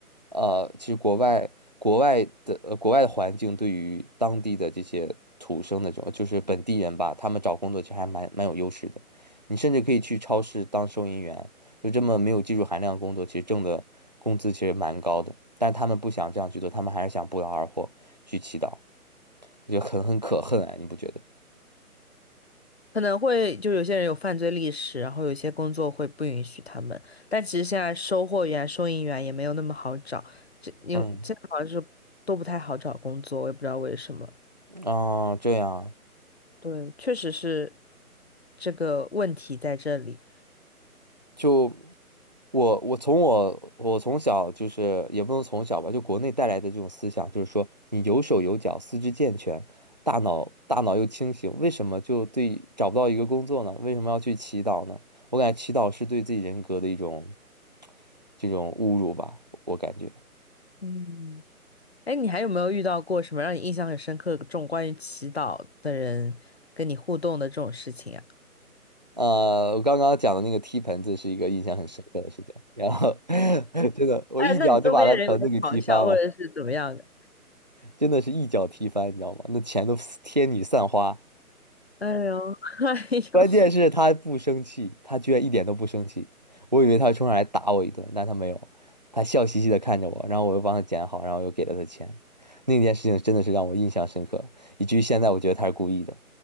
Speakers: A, on the right; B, on the left.
A: 呃，其实国外国外的呃国外的环境对于当地的这些土生的这种就是本地人吧，他们找工作其实还蛮蛮有优势的。你甚至可以去超市当收银员，就这么没有技术含量的工作，其实挣的工资其实蛮高的。但是他们不想这样去做，他们还是想不劳而获去祈祷。我觉得很很可恨哎，你不觉得？
B: 可能会就有些人有犯罪历史，然后有些工作会不允许他们。但其实现在收货员、收银员也没有那么好找，这因为现在好像是都不太好找工作，
A: 嗯，
B: 我也不知道为什么。
A: 啊，这样啊
B: 对，确实是这个问题在这里。
A: 就我我从我我从小就是也不能从小吧，就国内带来的这种思想，就是说你有手有脚，四肢健全，大脑大脑又清醒，为什么就对找不到一个工作呢？为什么要去祈祷呢？我感觉祈祷是对自己人格的一种这种侮辱吧，我感觉。
B: 嗯。哎，你还有没有遇到过什么让你印象很深刻这种关于祈祷的人跟你互动的这种事情啊？
A: 呃，我刚刚讲的那个踢盆子是一个印象很深刻的事情，然后 <laughs> 真的，我一脚就把他盆子给踢翻了，
B: 哎，那你周边人有没有嘲笑或者是怎么样的？
A: 真的是一脚踢翻，你知道吗？那钱都天女散花，
B: <laughs> 哎呦，<laughs> 哎呦，
A: 关键是他不生气，他居然一点都不生气，我以为他会冲上来打我一顿，但他没有，他笑嘻嘻的看着我，然后我又帮他捡好，然后又给了他钱，那件事情真的是让我印象深刻，以至于现在我觉得他是故意的。